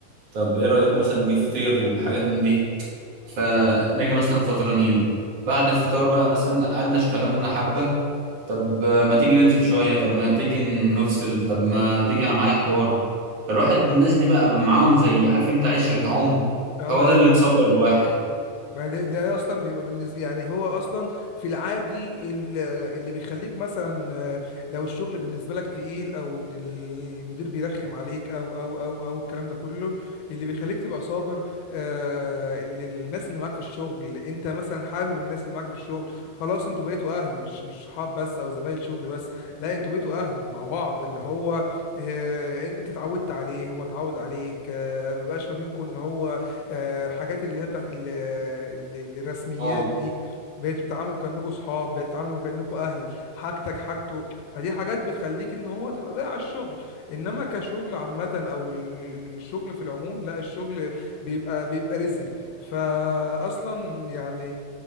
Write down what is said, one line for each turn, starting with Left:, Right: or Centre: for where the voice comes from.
Right: طب ايه رأيكم مثلا نجيب فطير وحاجات من دي فنيجي مثلا فطرانين بعد الفطار بقى مثلا قعدنا اشتغلنا حبة طب ما تيجي ننزل شوية طب ما تيجي نفصل طب ما تيجي انا معايا حوار فالواحد الناس دي بقى معاهم زي عارف انت عشرة عمر
Left: اه
Right: هو ده اللي مصبر الواحد
Left: ما ده, ده اصلا بيبقى بالنسبه يعني هو اصلا في العادي ال- اللي بيخليك مثلا آه، لو الشغل بالنسبه لك تقيل او ان المدير بيرخم عليك او او او او الكلام ده كله اللي بيخليك تبقى صابر آه، ال- ال- الناس اللي معاك في الشغل انت مثلا حابب الناس اللي معاك في الشغل خلاص انتوا بقيتوا اهل مش مش صحاب بس او زمايل شغل بس لا انتوا بقيتوا اهل مع بعض اللي هو آه، انت اتعودت عليه هو اتعود عليك آه، ما بقاش ما بينكم ان هو آه، حاجات اللي هي بتاعت ال- ال- ال- الرسميات
Right: اه
Left: دي بقيتوا بتتعاملوا كأنكم صحاب بقيتوا بتتعاملوا كأنكم أهل حاجتك حاجته فدي حاجات بتخليك ان هو تبقى بقى على الشغل انما كشغل عامة او ال- الشغل في العموم لا الشغل بيبقى بيبقى رزل فاصلا يعني